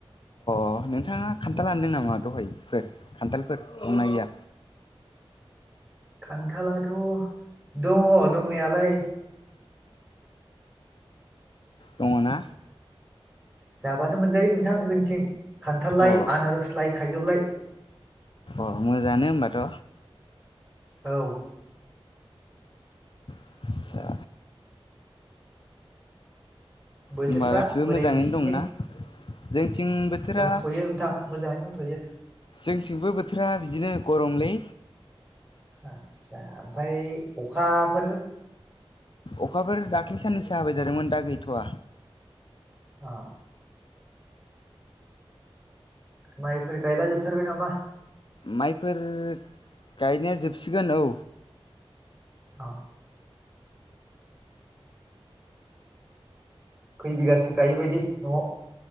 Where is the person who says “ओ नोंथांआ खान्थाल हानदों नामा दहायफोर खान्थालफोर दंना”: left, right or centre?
Left